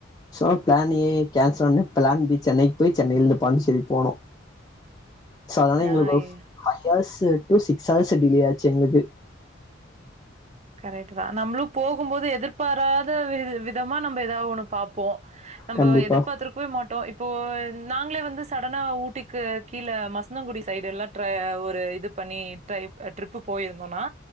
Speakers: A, on the left; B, on the right.
A: சோ பிளான் ஏ கேன்சல் ஆனோனே பிளான் பி சென்னைக்கு போய் சென்னையிலெந்து பாண்டிச்சேரி போனோ சோ அதனால எங்களுக்கு
B: ஆ
A: ஒரு
B: எ
A: five hours to six hours delay ஆச்சு எங்களுக்கு
B: கரெக்ட்டு தா நம்மளு போகும் போது எதிர்பாராத வி விதமா நம்ப எதா ஒன்னு பாப்போ நம்ப
A: கண்டிப்பா.
B: எதிர்பாத்திருக்கவே மாட்டோ இப்போ என் நாங்களே வந்து சடனா ஊட்டிக்கு கீழ மசந்தங்குடி சைடெல்லா ட்ரா ஒரு இது பண்ணி ட்ரை ப் அ ட்ரிப்பு போயிருந்தோனா